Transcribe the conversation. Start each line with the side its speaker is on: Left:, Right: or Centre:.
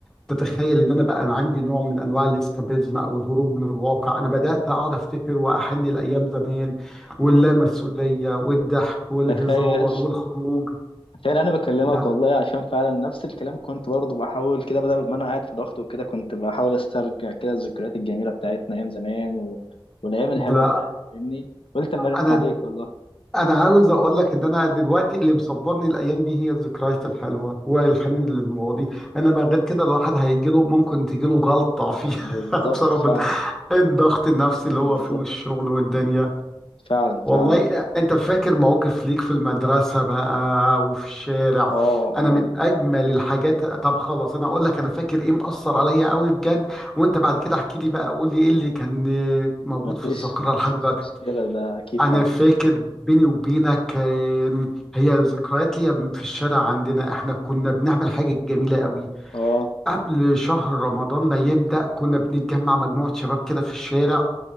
Centre: تتخيل ان انا بقى عندي نوع من انواع الاسكابيزم او الهروب من الواقع انا بدأت اقعد افتكر واحن الايام زمان واللامسؤولية والضحك والهزار
Left: تخيل
Centre: والخروج
Left: تخيل انا بكلمك
Centre: لا
Left: والله عشان فعلا نفس الكلام كنت برضه بحاول كده بدل ما انا قاعد في ضغط وكده كنت بحاول استرجع كده الذكريات الجميلة بتاعتنا ايام زمان و... والايام الحلوة
Centre: ده
Left: بتاعتنا فاهمني؟ قلت اما ارن
Centre: انا
Left: عليك والله
Centre: انا عاوز اقول لك ان انا دلوقتي اللي مصبرني الايام دي هي الذكريات الحلوه والحنين للماضي انما غير كده الواحد هيجي له ممكن تجي له جلطه فيها
Left: بالظبط
Centre: <laughs> بسبب
Left: فعلا
Centre: الضغط النفسي اللي هو
Left: بالظبط
Centre: فيه والشغل والدنيا
Left: فعلا
Centre: والله
Left: فعلا
Centre: انت فاكر مواقف ليك في المدرسه بقى وفي الشارع
Left: اه
Centre: انا
Left: اه
Centre: من اجمل الحاجات طب خلاص انا اقول لك انا فاكر ايه مأثر عليا قوي بجد وانت بعد كده احكي لي بقى قول لي ايه اللي كان موجود
Left: مفيش
Centre: في الذاكره لحد
Left: مفيش
Centre: دلوقتي
Left: مشكلة ده اكيد
Centre: انا
Left: طبعا
Centre: فاكر بيني وبينك كان هي ذكريات ليا في الشارع عندنا احنا كنا بنعمل حاجه جميله قوي
Left: اه
Centre: قبل شهر رمضان ما يبدا كنا بنتجمع مجموعه شباب كده في الشارع